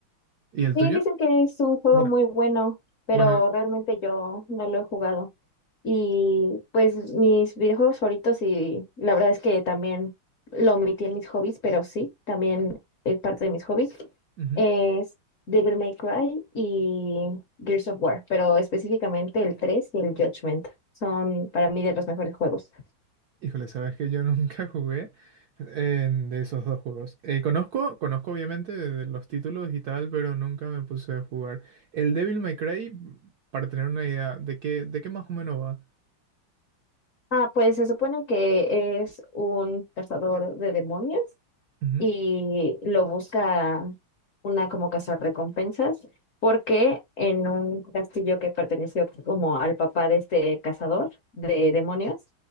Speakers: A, on the right; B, on the left.
A: ¿Y el
B: Sí,
A: tuyo?
B: dicen que es un juego
A: Bueno.
B: muy bueno, pero
A: Bueno,
B: realmente yo no lo he jugado. Y pues mis videojuegos favoritos y la verdad es que también lo omití en mis hobbies, pero sí, también es parte de mis hobbies.
A: ujú.
B: Es Devil May Cry y Gears of War, pero específicamente el 3 y el Judgment son para mí de los mejores juegos.
A: Híjole, sabes que yo <laughs> nunca jugué en- de esos dos juegos. Eh, conozco, conozco obviamente de, de los títulos y tal, pero nunca me puse a jugar. El Devil May Cry, para tener una idea de qué, de qué más o menos va.
B: Ah, pues se supone que es un cazador de demonios
A: Ujú.
B: y lo busca una como cazarrecompensas, porque en un castillo que perteneció como al papá de este cazador de demonios,